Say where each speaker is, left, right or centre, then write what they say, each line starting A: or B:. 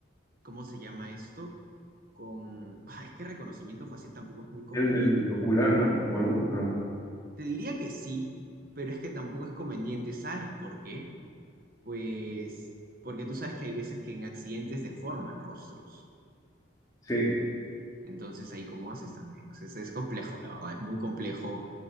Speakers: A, on the right; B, on the left.
A: ¿cómo se llama esto? Con, Ah, es que reconocimiento facial tampoco es muy conveniente.
B: El del ocular, ¿no? O algo, pero
A: Te diría que sí, pero es que tampoco es conveniente. ¿Sabes por qué? Pues porque tú sabes que hay veces que en accidentes deforman rostros.
B: sí.
A: Entonces ahí cómo haces también. O sea, es, es complejo, la verdad, es muy complejo.